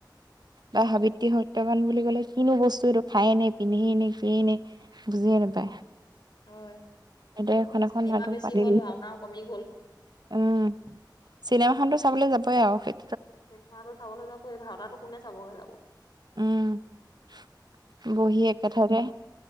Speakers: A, on the right; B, on the left.
A: বা সাৱিত্ৰী সত্যৱান বুলি কলে কিনো বস্তু এইটো খায় নে পিন্ধে নে কি নে। বুজিয়ে নাপায়
B: উম' হয়।
A: এতিয়া এখন
B: চিনেমা
A: এখন নাটক
B: বেছি
A: পাতি
B: হ'ল
A: দিম।
B: ভাওনাও কমি গল।
A: উম' চিনেমাখনতো চাবলৈ যাবই আৰু সেই
B: চিনেমাটো চাবলৈ যাব এই ভাওনাতো কোনে চাব গে যাব।
A: উম' বহি একথাৰে।